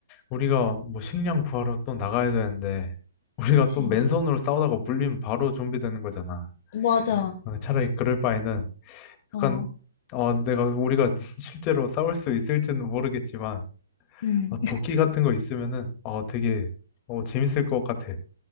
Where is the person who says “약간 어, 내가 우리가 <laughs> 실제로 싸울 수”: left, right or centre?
Left